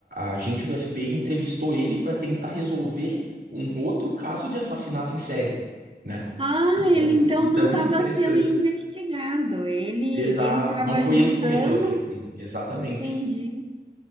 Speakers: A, on the right (about 60°); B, on the right (about 30°).
A: a, a gente do FBI entrevistou ele para tentar resolver um outro caso de assassinato em série. né?
B: Ah,
A: Então,
B: ele
A: isso,
B: então
A: isso
B: não
A: é muito
B: estava
A: interessante.
B: sendo investigado. Ele
A: Exato,
B: ele estava
A: não
B: ajudando.
A: foi ele que cometeu aquele crime, exatamente.
B: Entendi.